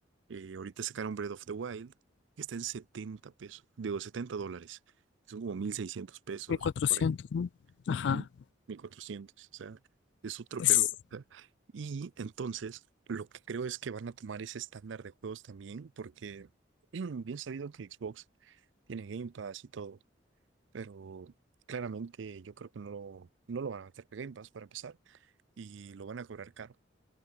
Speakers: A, on the right; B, on the left.
A: eh, ahorita sacaron Breath of the Wild, que está en 70 pesos, digo, 70 dólares. Son como 1600 pesos
B: mil cuatrocientos
A: por ahí.
B: ¿no?
A: Ujú,
B: Ajá,
A: mil cuatrocientos o sea, es otro
B: pues,
A: pedo. o sea. Y entonces, lo que creo es que van a tomar ese estándar de juegos también, porque <clears throat> bien sabido que Xbox tiene Game Pass y todo. Pero claramente yo creo que no lo, no lo van a meter para Game Pass para empezar y lo van a cobrar caro,